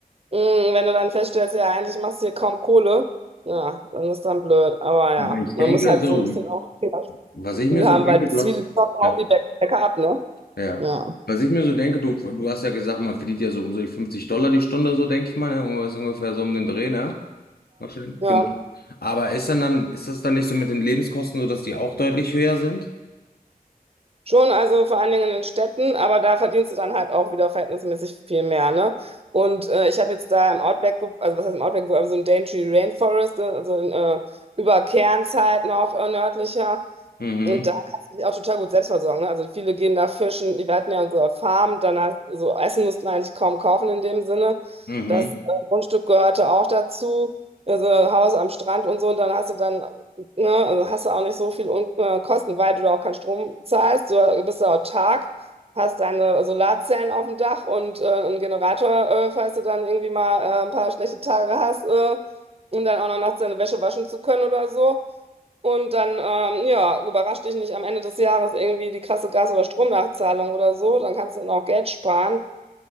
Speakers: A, on the right; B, on the left.
A: Mm, Wenn du dann feststellst, ja, eigentlich machst du hier kaum Kohle, ja, dann ist dann blöd. Aber ja,
B: Aber ich
A: man
B: denke
A: muss halt
B: so,
A: so ein bisschen auch Fehlergefühl
B: was ich mir so
A: haben,
B: denke,
A: weil
B: du
A: viele
B: hast,
A: zocken auch
B: ja,
A: die Bä- Bäcker ab, ne?
B: ja.
A: Ja.
B: Was ich mir so denke, du, du hast ja gesagt, man verdient ja so um so die 50 Dollar die Stunde, so denke ich mal, ne? Irgendwas ungefähr so um den Dreh, ne? Wahrscheinlich.
A: Ja,
B: Genau. Aber ist dann dann, ist das dann nicht so mit den Lebenskosten so, dass die auch deutlich höher sind?
A: schon, also vor allen Dingen in den Städten, aber da verdienst du dann halt auch wieder verhältnismäßig viel mehr, ne? Und äh, ich habe jetzt da im Outback, ge- also was heißt im Outback, aber so im Daintree Rainforest, äh, also in, äh, über Cairns halt noch äh, nördlicher.
B: Mhm.
A: Und da kannst du dich auch total gut selbst versorgen. Ne? Also viele gehen da fischen. Wir hatten ja unsere Farm, danach so Essen mussten wir eigentlich kaum kaufen in dem Sinne.
B: Mhm.
A: Das äh, Grundstück gehörte auch dazu. Also Haus am Strand und so. Und dann hast du dann, ne, also hast du auch nicht so viel Un äh, Kosten, weil du da auch keinen Strom zahlst. Du äh, bist da autark, hast deine Solarzellen auf dem Dach und äh, einen Generator, äh, falls du dann irgendwie mal äh, ein paar schlechte Tage hast, äh, um dann auch noch nachts deine Wäsche waschen zu können oder so. Und dann, ähm, ja, überrascht dich nicht am Ende des Jahres irgendwie die krasse Gas- oder Stromnachzahlung oder so. Dann kannst du dann auch Geld sparen.